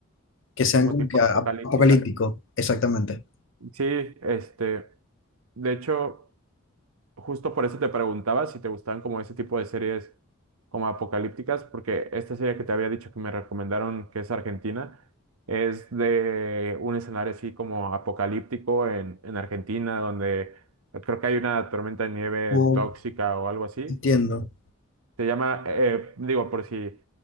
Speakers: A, on the left; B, on the right.
A: que sean
B: como
A: como
B: tipo
A: que a-
B: apocalípticas.
A: apocalípticos, exactamente.
B: Sí, este, de hecho... justo por eso te preguntaba si te gustaban como ese tipo de series como apocalípticas, porque esta serie que te había dicho que me recomendaron, que es Argentina, es de un escenario así como apocalíptico en, en Argentina, donde creo que hay una tormenta de nieve
A: O,
B: tóxica o algo así.
A: entiendo.
B: Se llama, eh, digo, por si